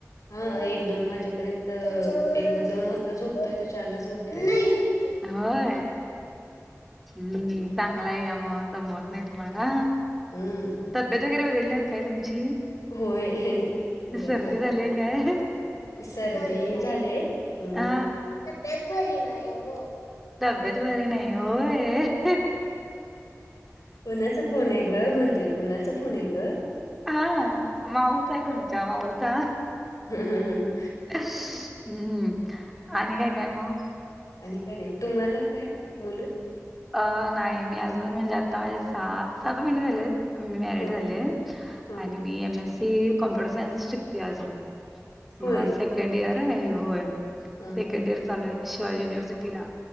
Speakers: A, on the left (about 85°); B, in the centre.
A: हा एक दोन वाजेपर्यंत एक दोन वाजता झोपतोय त चारलाच उठत.
B: होय हम्म चांगला आहे का मग- दमवत नाही तुम्हाला
A: हम्म
B: तब्येत वगैरे बघडली काय तुमची?
A: होय. जर
B: सर्दी झालीय काय
A: सर्दी झाले अ
B: हा
A: दपरी नायो.
B: तधब्यत बरे नाही होय.
A: कोणाचं फोणे घ म्हणते कोणाचं फोणे घ
B: हा माऊचा आहे तुमचा माऊचा
A: हम हम
B: हम्म आणि काय काय मग
A: आणि काय नाही तुम्हाला काय मुलं
B: अ नाही मी अजून म्हणजे आता माझे सहा सात महिने झाले मी मॅरड
A: हां
B: झाले
A: हां
B: आणि मी एम एस ती कॉम्प्युटर सायन्स शिकते अजून मग
A: होय
B: माझ सेकंड इयर हे होय
A: हां
B: सेकंड
A: हां
B: इयर चालूय शिवाय युनिव्हर्सिटी ला